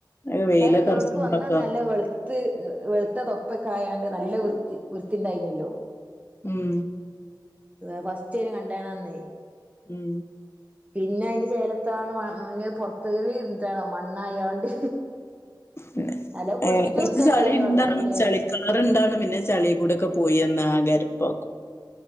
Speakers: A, on the left; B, on the right.
A: അത് വെയിലൊക്കർച്ചുമ്പളൊക്കെ
B: അഹ് ഇങ്ങളോടയ്ക്ക് വന്നന്ന് നല്ല വെളു ത്ത് വെളുത്ത തൊപ്പക്കെ ആയാണ്ട് നല്ല വൃത്തി വൃത്തിണ്ടായിനല്ലോ
A: ഉം
B: ഏഹ് ഫസ്റ്റയ്നെ കണ്ടണന്നേ
A: ഉം
B: പിന്നെ അയ്ന്റെ ചേലത്താണ് മ ഇഞ്ഞി അത് പൊറത്ത് കേറി ഇരുന്നിട്ടാണോ മണ്ണായാണ്ട്
A: പിന്നെ
B: നല്ല കുളിപ്പിച്ച്
A: ഏഹ് കൊറച്ച്
B: വൃത്തിയാക്കിയ
A: ചളി
B: നല്ല
A: ഇണ്ടാ
B: വെള്ളാവൂലേ
A: <unintelligible> ചളി കാറണ്ടാണ് പിന്നെ ചളി കൂടെക്കെ പോയിന്ന് ആകെ എരപ്പക്കും